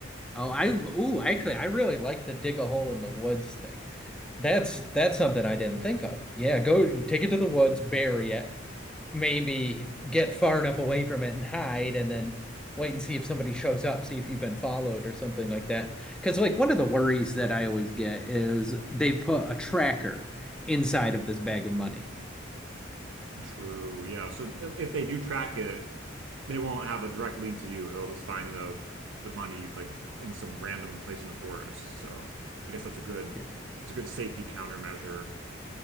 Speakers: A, in the centre; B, on the right (about 75°).
A: Oh, I ooh, actually, I really like the dig a hole in the woods thing. That's that's something I didn't think of. Yeah, go take it to the woods, bury it, maybe get far enough away from it and hide and then wait and see if somebody shows up, see if you've been followed or something like that. Because, like, one of the worries that I always get is they put a tracker inside of this bag of money.
B: True. Yeah. So if if they do track it, they won't have a direct lead to you. They'll just find the the money like in some random place in the forest. So I guess that's a good
A: Yeah.
B: it's a good safety countermeasure